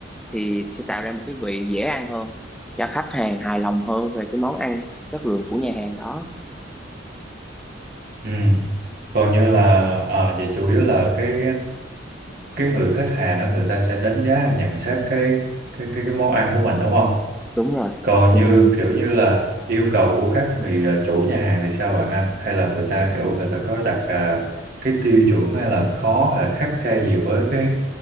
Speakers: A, in the centre; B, on the right.
A: thì sẽ tạo ra một cái vị dễ ăn hơn cho khách hàng hài lòng hơn về cái món ăn chất lượng của nhà hàng đó
B: Ừ. Còn như là à, vậy chủ yếu là cái cái người khách hàng đó người ta sẽ đánh giá nhận xét cái cái cái cái món ăn của mình đúng không
A: đúng rồi
B: còn
A: thì
B: như
A: mình
B: kiểu như là yêu cầu của các người ờ, chủ nhà hàng thì sao bạn ha hay là người ta kiểu người ta có đặt à, cái tiêu chuẩn hay là khó hay là khắt khe gì với cái